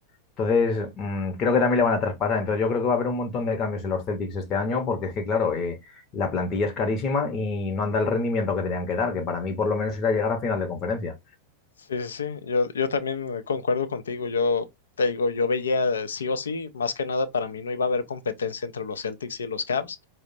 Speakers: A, on the left; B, on the left.
A: Entonces, mm, creo que también le van a traspasar. Entonces, yo creo que va a haber un montón de cambios en los Celtics este año, porque es que, claro, eh, la plantilla es carísima y no anda el rendimiento que tenían que dar, que para mí por lo menos era llegar a final de conferencia.
B: Sí, sí, sí, yo, yo también concuerdo contigo, yo te digo, yo veía eh, sí o sí, más que nada para mí no iba a haber competencia entre los Celtics y los Cavs,